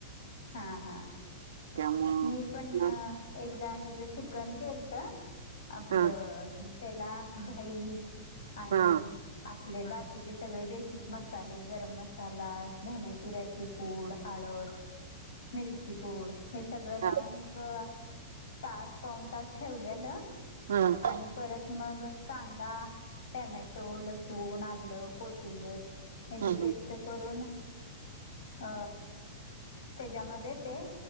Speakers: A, on the left (about 75°); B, on the right (about 85°).
A: हा हा
B: त्यामुळं
A: मी पण
B: हा
A: एकदा हेच चिकन केलंत. आपलं
B: हा
A: त्याला दही आणि
B: हा
A: आप ले बाकीचे सगळे बेसिक मसाले, गरम मसाला, धना-जिऱ्याची पूड हळद, मिरची पूड हे सगळं लावून
B: हा
A: एक तास पाऊण तास ठेवल्यालं
B: हा
A: आणि परत मग कांदा, टोमॅटो, लसूण, आल, को थिंबीर हेची
B: ह
A: पेस्ट करून अ त्याच्यामध्ये ते